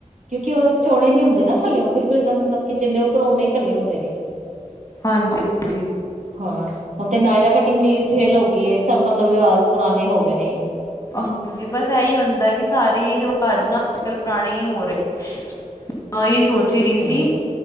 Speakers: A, on the right; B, on the left.
A: ਕਿਉਂਕਿ ਉਹ ਚੌੜੇ ਨੀ ਹੁੰਦੇ ਨਾ ਥੱਲੇਓ ਬਿਲਕੁਲ ਦਾ ਮਤਲਬ ਕਿ ਜਿੰਨੇ ਉੱਪਰ ਉਨੇ ਹੀ ਥੱਲੇ ਹੁੰਦੇ ਨੇ।
B: ਹਾਂਜੀ ਹਾਂਜੀ।
A: ਹਾਂ ਹੁਣ ਤੇ ਨਾਯਰ ਕਟਿੰਗ ਵੀ ਫੇਲ ਹੋ ਗਈ। ਸਭ ਮਤਲਬ ਰਿਵਾਜ਼ ਪੁਰਾਣੇ ਹੋ ਗਏ ਨੇ।
B: ਹਾਂਜੀ, ਬਸ ਇਹੀ ਹੁੰਦਾ ਕਿ ਸਾਰੇ ਰਿਵਾਜ ਨਾ ਅੱਜ ਕੱਲ ਪੁਰਾਣੇ ਹੋ ਰਹੇ <inaudible> ਸੋਚ ਹੀ ਰਹੀ
A: ਹਮ
B: ਸੀ